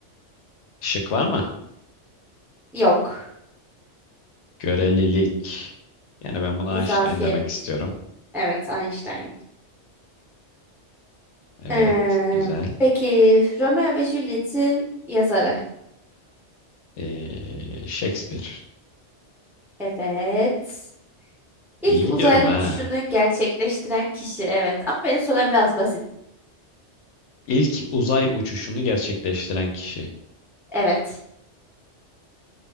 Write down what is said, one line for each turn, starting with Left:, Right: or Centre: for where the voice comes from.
Left: Şık var mı?
Centre: Yok.
Left: Görelilik. Yani ben buna
Centre: İzafiyet.
Left: Einstein demek istiyorum.
Centre: Evet, Einstein.
Left: Evet.
Centre: Ee,
Left: Güzel.
Centre: peki Romeo ve Juliet'in yazarı.
Left: Ee, Shakespeare.
Centre: Evet. İlk
Left: İyi gidiyorum
Centre: uzaylı
Left: ha.
Centre: uçuşunu gerçekleştiren kişi. Evet. Ama benim sorum biraz basit.
Left: İlk uzay uçuşunu gerçekleştiren kişi.
Centre: Evet.